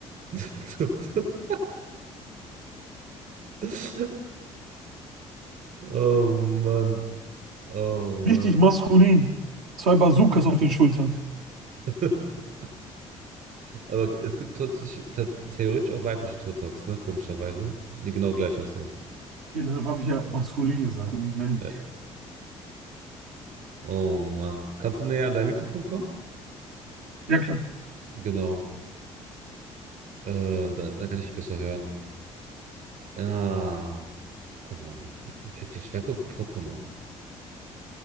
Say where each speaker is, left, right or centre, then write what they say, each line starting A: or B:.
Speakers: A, on the right (about 60°); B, on the right (about 75°).
A: <laughs> Du- du- Oh Mann. Oh Mann.
B: Richtig maskulin. Zwei Bazookas auf den Schultern.
A: <laughs> Aber es gibt tatsächlich, ta- theoretisch auch weibliche Turtles, ne? Komischerweise. Die genau gleich aussehen.
B: Ja, deshalb habe ich ja maskulin gesagt und nicht männlich.
A: Ja. Oh Mann. Kannst du näher an dein Mikrofon kommen?
B: Ja, klar.
A: Genau. Äh, da, dann kann ich dich besser hören. Ah, Pokémon. Wirklich, wer guckt Pokémon?